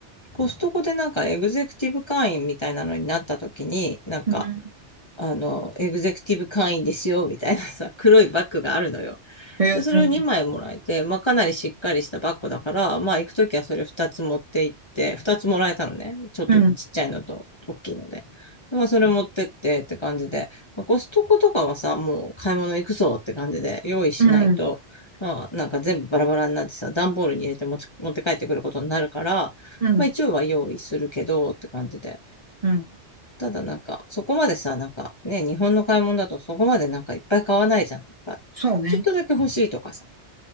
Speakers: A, on the left; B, on the right.
A: コストコでなんかエグゼクティブ会員みたいなのになった時に、なんか、
B: うん。
A: あの、エグゼクティブ会員ですよ、みたいなさ、黒いバッグがあるのよ。
B: へえ。
A: で、それを2枚もらえて、まあかなりしっかりしたバッグだから、まあ行くときはそれ2つ持って行って、2つもらえたのね。ちょっとちっちゃいのと大きいので。
B: うん。
A: まあそれ持ってってって感じで、まあ、コストコとかはさ、もう買い物行くぞって感じで用意しないと、
B: うん。
A: まあなんか全部バラバラになってさ、段ボールに入れて持ち、持って帰ってくることになるから、
B: うん。
A: まあ一応は用意するけどって感じで。
B: うん。
A: ただなんか、そこまでさ、なんかね、日本の買い物だとそこまでなんかいっぱい買わないじゃん。なんかちょっとだけ欲しいとかさ、
B: そうね。